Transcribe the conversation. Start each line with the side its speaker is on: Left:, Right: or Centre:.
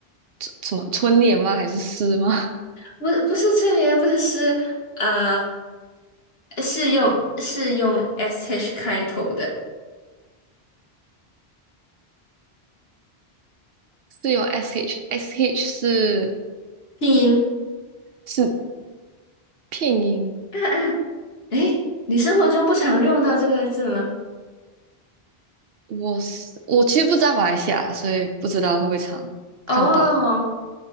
Right: 什什么春联吗？还是诗吗？
Left: 不不是春联，不是诗，呃，是用是用 sh 开头的
Right: <laughs> 是用 sh sh 是
Left: 拼音。
Right: 是拼音
Left: 啊啊，诶，你生活中不常用到这个字吗？
Right: 我是我其实不在马来西亚，所以不知道会不会常看到。
Left: 哦，